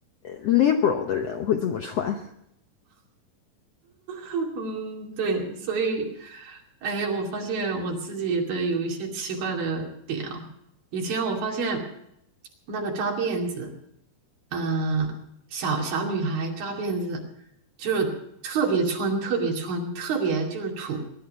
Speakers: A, on the left (about 75°); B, on the right (about 80°).
A: liberal 的人会这么穿
B: <laughs> 嗯，对，所以，哎，我发现我自己的有一些奇怪的点啊。以前我发现那个扎辫子，嗯、小小女孩扎辫子，就是特别村，特别村，特别就是土。